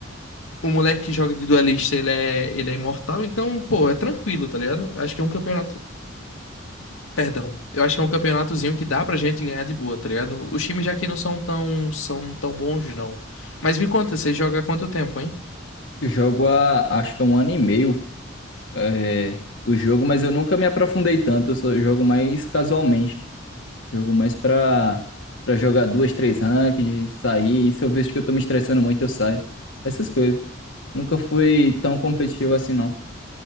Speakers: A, on the left; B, on the left.
A: O moleque que joga de duelista, ele é, ele é imortal, então, pô, é tranquilo, tá ligado? Acho que é um campeonato Perdão. Eu acho que é um campeonatozinho que dá pra gente ganhar de boa, tá ligado? Os times já que não são tão, são tão bons, não. Mas me conta, você joga há quanto tempo, hein?
B: Eu jogo há, acho que é um ano e meio, é, o jogo, mas eu nunca me aprofundei tanto. Eu só jogo mais casualmente. Jogo mais pra, pra jogar duas, três ranked, sair. E se eu vejo que eu tô me estressando muito, eu saio. Essas coisas. Nunca fui tão competitivo assim, não.